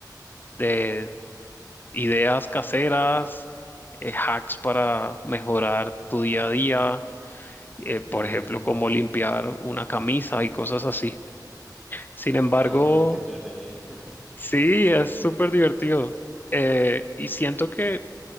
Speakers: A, on the left; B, in the centre.
A: de ideas caseras, eh, hacks para mejorar tu día a día, eh, por
B: Mm,
A: ejemplo, cómo limpiar una camisa y cosas así. Sin embargo,
B: ah, qué entretenida. <laughs>
A: sí, es súper divertido. Eh, y siento que